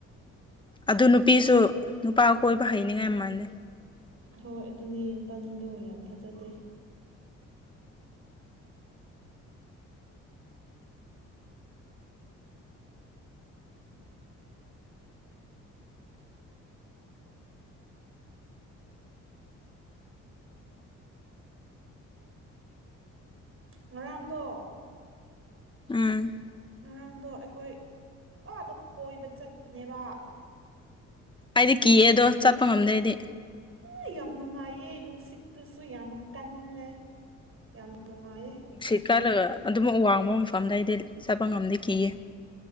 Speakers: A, on the left; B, on the right.
A: ꯑꯗꯨ ꯅꯨꯄꯤꯁꯨ ꯅꯨꯄꯥ ꯀꯣꯏꯕ ꯍꯩꯅꯤꯡꯉꯥꯏ ꯃꯥꯟꯗꯦ
B: ꯍꯣꯏ ꯑꯗꯨꯅꯦ ꯃꯕꯥꯅꯤꯗꯣ ꯌꯥꯝ ꯊꯥꯖꯗꯦ ꯉꯔꯥꯡꯗꯣ
A: ꯎꯝ
B: ꯉꯔꯥꯡꯗꯣ ꯑꯩꯈꯣꯏ ꯑꯥꯗ ꯀꯣꯏꯕ ꯆꯠꯄꯅꯦꯕ
A: ꯑꯩꯗꯤ ꯀꯤꯌꯦ ꯑꯗꯣ ꯆꯠꯄ ꯉꯝꯗꯦ ꯑꯩꯗꯤ
B: ꯑ ꯌꯥꯝ ꯅꯨꯡꯉꯥꯏꯌꯦ ꯅꯨꯡꯁꯤꯠꯇꯨꯁꯨ ꯌꯥꯝ ꯀꯜꯂꯦ ꯌꯥꯝ ꯅꯨꯡꯉꯥꯏꯌꯦ
A: ꯁꯤꯠ ꯀꯜꯂꯒ ꯑꯗꯨꯃꯨꯛ ꯋꯥꯡꯕ ꯃꯐꯝꯗ ꯑꯩꯗꯤ ꯆꯠꯄ ꯉꯝꯗꯦ ꯀꯤꯌꯦ